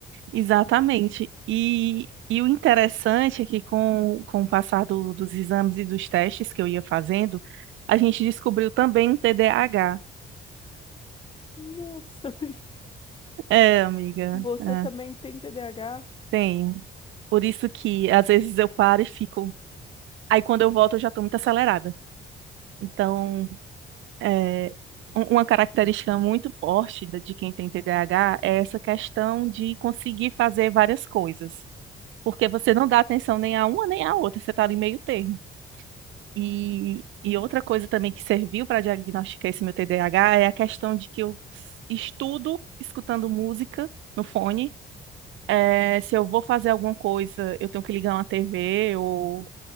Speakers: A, on the right; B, on the left.
A: exatamente. E, e o interessante é que com, com o passar do- dos exames e dos testes que eu ia fazendo, a gente descobriu também um TDAH.
B: Nossa, <laughs>
A: É, amiga,
B: Você
A: é,
B: também tem TDAH?
A: tenho. Por isso que às vezes eu paro e fico. Aí quando eu volto eu já estou muito acelerada. Então é, um- uma característica muito forte da- de quem tem TDAH é essa questão de conseguir fazer várias coisas, porque você não dá atenção nem a uma nem a outra, você está ali meio termo. E, e outra coisa também que serviu para diagnosticar esse meu TDAH é a questão de que eu estudo escutando música no fone. É, se eu vou fazer alguma coisa, eu tenho que ligar uma TV ou,